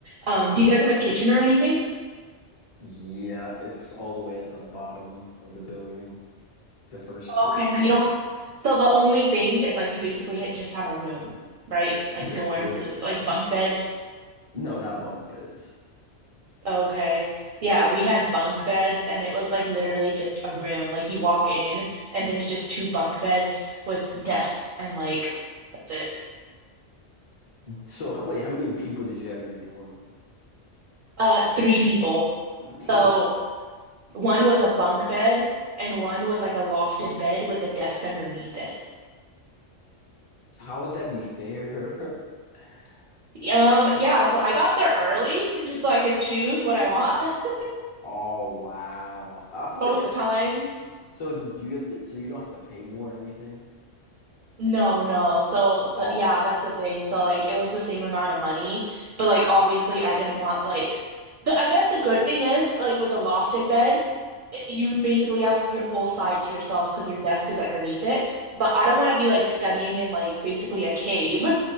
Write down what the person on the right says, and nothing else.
Um, do you guys have a kitchen or anything?
Okay, so you don't. So the only thing is like you basically ha- just have a room, right? Like
dorms,
it's like bunk beds.
Okay. Yeah, we had bunk beds and it was like literally just a room. Like you walk in and there's just two bunk beds with desks and like that's it.
Uh, three people.
So one was a bunk bed and one was like a lofted bed with a desk underneath it.
Um,
yeah, so I got there early just so I could choose what I want. <laughs>
Both
times.
No, no. So
the yeah,
that's the thing. So like it was the same amount of money, but like obviously I didn't want like the I guess the good thing is like with the lofted bed, it- you would basically have your whole side to yourself because your desk is underneath it. But I don't want to be like studying in like basically a cave.